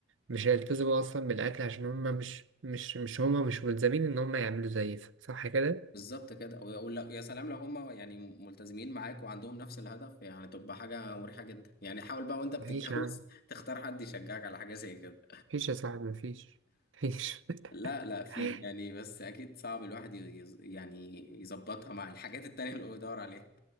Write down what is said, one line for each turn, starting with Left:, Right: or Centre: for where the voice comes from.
Right: مش هيلتزموا اصلا بالاكل عشان هم مش مش مش هم مش ملزمين ان هم يعملوا زي ف- صح كده
Left: بالظبط كده و- ولا- ويا سلام لو هم يعني ملتزمين معاك وعندهم نفس الهدف يعني تبقى حاجة مريحة جدا يعني حاول بقى وانت بتتجوز
Right: مفيش يا عم
Left: <laughs> تختار حد يشجعك على حاجة زي كده
Right: مفيش يا صاحبي مفيش مفيش
Left: لا لا في
Right: <laughs>
Left: يعني بس اكيد صعب الواحد يز- يعني يظبطها مع الحاجات التانية اللي هو بيدور عليها